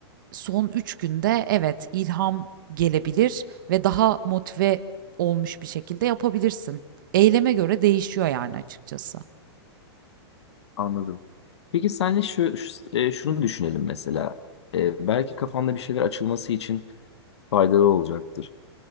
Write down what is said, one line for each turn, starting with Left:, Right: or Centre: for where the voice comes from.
Right: Son üç günde evet, ilham gelebilir ve daha motive olmuş bir şekilde yapabilirsin. Eyleme göre değişiyor yani açıkçası.
Left: Anladım. Peki senle şu, şu- e, şunu düşünelim mesela. E, belki kafanda bir şeyler açılması için faydalı olacaktır.